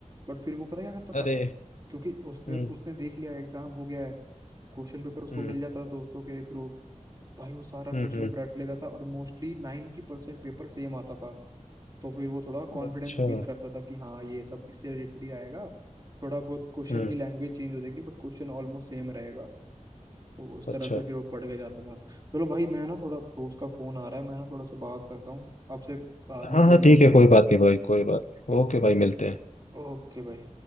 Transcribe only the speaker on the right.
बट फिर वो पता क्या करता था
क्योंकि उसने
उसने देख लिया एग्जाम हो गया है क्वेश्चन पेपर उसको
मिल जाता था दोस्तों के थ्रू भाई वो सारा क्वेश्चन
पेपर रट लेता था और मोस्टली नाइन्टी परसेंट पेपर सेम आता था तो फिर वो थोड़ा कॉन्फिडेंस
फील करता था कि हाँ ये सब इससे रिलेटेड ही आएगा थोड़ा बहुत क्वेश्चन
की लैंग्वेज चेंज हो जाएगी बट क्वेश्चन ऑलमोस्ट सेम रहेगा तो उस
तरह से फिर वो पढ़ के जाता था चलो भाई मैं ना थोड़ा दोस्त का फोन आ रहा है मैं ना थोड़ा सा बात करता हूँ आपसे बाद में
कभी
मिलते
हैं
ओके भाई